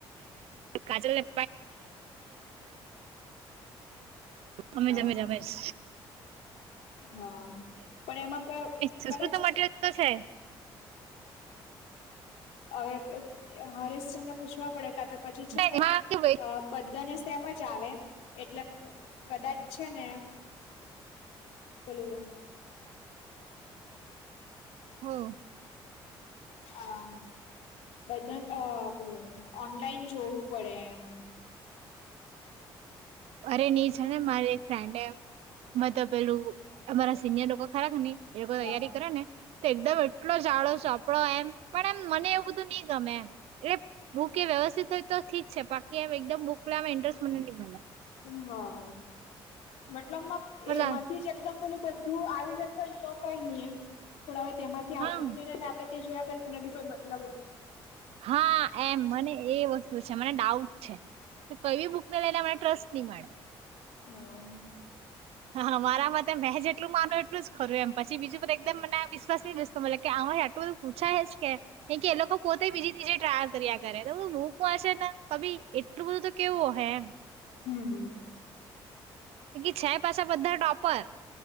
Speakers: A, on the right; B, on the left.
A: કરાવેલું અમે
B: હા
A: જ <unintelligible> બસ
B: હા પણ એમાં પ
A: સંસ્કૃત
B: કદાચ
A: નું મટીરિયલ તો છે
B: હવે હરેશસર ને પૂછવા પડે કા તો પછી છે ને
A: એમાં કે ભાઈ
B: અ બધાને તેમજ આવે એટલે કદાચ છે ને <unintelligible>
A: હમ
B: આમ બધા અ પેલું ઓનલાઈન જોવું પડે એમ
A: અરે ની છે ને મારી એક ફ્રેન્ડ એમ મે તો પેલું અમારા સિનિયર લોકો ખરા કે ની એ લોકો
B: હા
A: તૈયારી કરે ને એકદમ એટલો જાડો ચોપડો એમ પણ એમ મને એવું બધું ની ગમે એમ એટલે હું કેવા વ્યવસ્થિત હોય તો ઠીક છે બાકી એમ એકદમ બુકલામાં ઇન્ટરેસ્ટ મને ની મળે
B: હા મતલબમાં
A: બોલા
B: એમાંથી જ એકદમ પેલું બધું આવી જતું હોને તો કઈ નઈ એમ થોડા હવે તેમાંથી આવતું
A: હા
B: જ નઈ એટ આપણેે તે જોયા કરી તેનો કોઈ મતલબ ન
A: હા એમ મને એ વસ્તુ છે, મને ડાઉટ છે, કઈ બુકને લઈને મને ટ્રસ્ટની મળે
B: હા
A: હા મારા મતે મેં જેટલું માનો એટલું જ ખરું એમ પછી બીજું પર એકદમ મને કે આ આટલું બધું પૂછાય કે કે એ લોકો પોતે બીજી તીજે ટ્રાય કર્યા કરે તો બુકમા છે તી એટલું બધું તો કેવું હો એમ
B: હમ્મ
A: કી છે પાછા બધા ટોપર